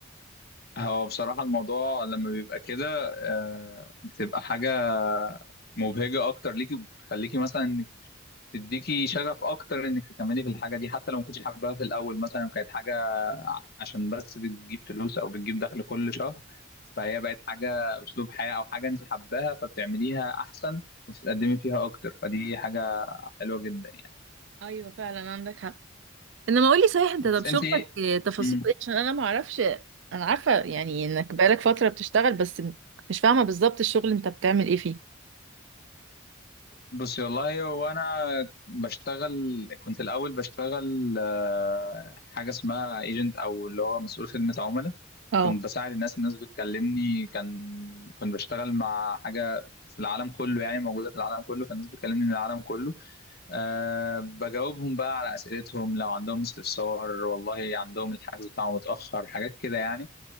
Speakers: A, on the left; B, on the right.
A: هو بصراحه الموضوع لما بيبقى كده آه، بتبقى حاجه مبهجه اكتر ليكي بتخليكي مثلا تديكي شغف اكتر انك تكملي في الحاجه دي حتى لو ما كنتش حاباها في الاول مثلا كانت حاجه ع- عشان بس بتجيب فلوس او بتجيب دخل كل شهر فهي بقت حاجه اسلوب حياه او حاجه انت حباها فبتعمليها احسن وبتتقدمي فيها اكتر فدي حاجه حلوه جدا يعني
B: ايوه فعلا عندك حق انما قولي صحيح انت
A: بس
B: طب شغلك
A: انت إيه؟
B: <laughs> آه، تفاصيل
A: مم.
B: ايه عشان انا ما اعرفش انا عارفة يعني انك بقالك فترة بتشتغل بس م- مش فاهمة بالظبط الشغل انت بتعمل ايه فيه
A: بصي والله هو انا بشتغل كنت الاول بشتغل آه، حاجه اسمها ايجنت او اللي هو مسؤول خدمه عملاء
B: اه
A: كنت بساعد الناس الناس بتكلمني كان كنت بشتغل مع حاجه في العالم كله يعني موجوده في العالم كله فالناس بتكلمني من العالم كله أه بجاوبهم بقى على اسئلتهم لو عندهم استفسار والله عندهم الحجز بتاعهم متاخر حاجات كده يعني